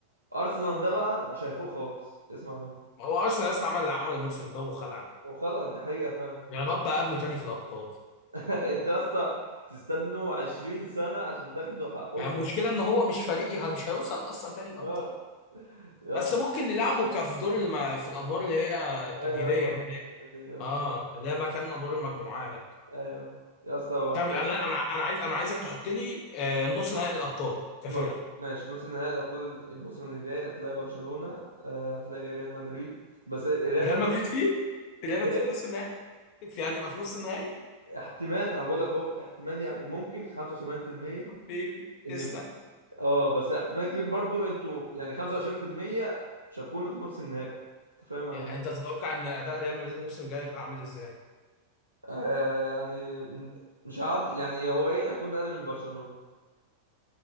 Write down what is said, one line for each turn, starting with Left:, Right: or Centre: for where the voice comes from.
Right: ارسنال ده بقى مش هيفوق خالص اسمع مني
Left: ما هو ارسنال لسه عمل اللي عمله الموسم ده وخلع
Right: وخلاص دي حقيقة فعلا
Left: يا رب اقابله تاني في الابطال
Right: <laughs> انت يا اسطى تستنوا 20 سنة عشان تاخدوا حقكم
Left: يعني المشكله ان هو مش فريقي مش هيوصل اصلا تاني الابطال
Right: اه يا
Left: بس
Right: اسطى
Left: ممكن نلعبه كف دور الم- في الادوار اللي هي التمهيديه
Right: ايوه فعلا.
Left: دي اللي
Right: ايوه
Left: اه اللي هي مكان ادوار المجموعات
Right: ايوه يا اسطى وهتلاقي
Left: تعمل انا انا انا عايز انا عايزك تحط لي آه، نص نهائي الابطال كفرقه
Right: م- ماشي نص نهائي الابطال الموسم اللي جاي هتلاقي برشلونة آه، هتلاقي ريال مدريد بس ريال
Left: ريال
Right: مدريد
Left: مدريد فيه ريال مدريد
Right: ايه
Left: في نص النهائي في هنبقى في نص النهائي
Right: احتمال انا بقول لك اهو احتمال يعني ممكن 75%
Left: بيبي
Right: ان
Left: تسلم
Right: يكون اه بس احتمال كبير برضو انتوا يعني 25% مش هتكونوا في نص النهائي انت فاهم انا
Left: يعني انت تتوقع ان اداء ريال مدريد الموسم الجاي هيبقى عامل ازاي
Right: آه يعني م- مش هعد يعني هو ايه هكون اقل من برشلونة